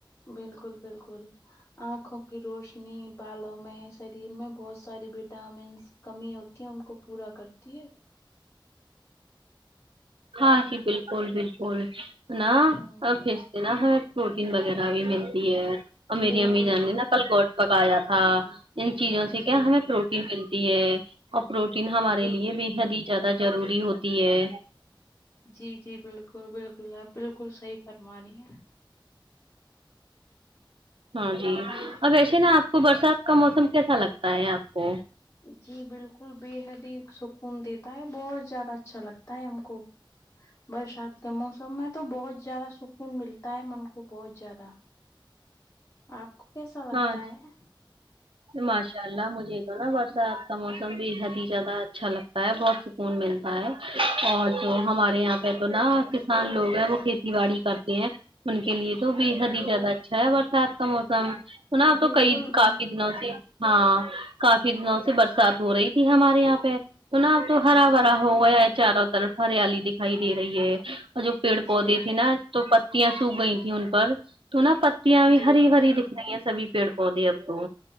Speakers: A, on the left; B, on the right.
A: بالکل بالکل آنکھوں کی روشنی بالوں میں شریر میں بہت ساری وٹامنس کمی ہوتی ہیں ان کو پورا کرتی ہے
B: ہاں جی بالکل بالکل نا
A: ہ
B: اور فش سے نا ہمیں پروٹین وغیرہ بھی ملتی ہے اور میری
A: بالکل
B: امی جان
A: بالکل
B: نے کل کوٹ پکایا تھا ان چیزوں سے
A: جی
B: کیا ہمیں پروٹین ملتی ہے اور پروٹین ہمارے
A: بالکل
B: لیے بے حد ہی جیادہ جروری ہوتی ہے
A: جی جی بالکل بالکل آپ بالکل صحیح فرمانی ہے
B: ہاں جی
A: آہ،
B: اور ویسے نا آپ کو برسات کا موسم کیسا لگتا ہے آپ کو
A: جی بالکل بے حد ہی سکون دیتا ہے بہت زیادہ اچھا لگتا ہے ہم کو برشات کے موسم میں تو بہت جیادہ سکون ملتا ہے من کو بہت زجیادہ آپ کو کیسا لگتا
B: ہاں
A: ہے
B: ماشاء اللہ مجھے تو نا برسات کا موسم بے حد ہی زیادہ اچھا لگتا ہے بہت سک کون ملتا ہے اور جو ہمارے یہاں پے تو نا کسان لوگ ہیں وہ کھیتی باڑی کرتے ہیں ان کے لیے تو بے حد ہی زیادہ اچھا ہے برسات کا موسم سنا
A: بالکل
B: تو کئی
A: بالکل
B: کافی دنوں سے ہاں کافی دنوں سے برسات ہو رہی تھی ہمارے یہاں پے تونا اب تو ہرا
A: جی جی
B: بھرا ہو گیا ہے چاروں طرف ہریالی دکھائی دے رہی ہے اور جو پیڑ پودے
A: جی
B: تھے نا تو پتیاں سوکھ گئی تھی ان پر تو نا پتیاں بھی
A: جی
B: ہری بھری دکھری ہے سبھی پیڑ پودے اب کو